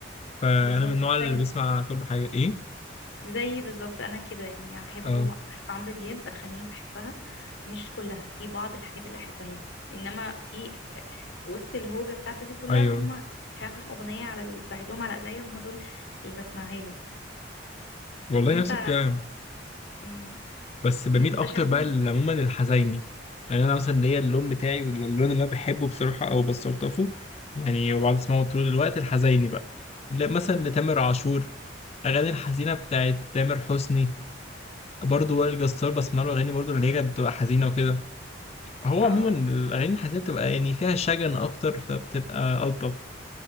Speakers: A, on the left; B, on the left.
A: فانا
B: بالظبط
A: من النوع اللي
B: طيب
A: بيسمع كل حاجه ايه
B: زي بالظبط انا كده يعني احبه
A: اه
B: احب عمرو دياب اغانيه بحبها مش كلها في بعض الحاجات اللي احبها له انما في في وسط الهوجه بتاعته دي كلها
A: ايوه
B: هما كام اغنيه على ال- بعدهم على ايديا هما دول اللي بسمعها له
A: والله
B: وانت
A: نفس الكلام
B: مم.
A: بس بميل
B: متشابهين
A: اكتر بقى ل- عموما للحزيني يعني انا مثلا ليا اللون بتاعي اللون اللي انا بحبه بصراحه او بستلطفه يعني وبقعد اسمعه طول الوقت الحزيني بقى ل- مثلا لتامر عاشور اغاني الحزينه بتاعت تامر حسني برضه وائل جسار بسمع له اغاني برضه اللي هي كانت بتبقى حزينه وكده هو
B: اه
A: عموما الاغاني الحزينه بتبقى يعني فيها شجن اكتر فبتبقى الطف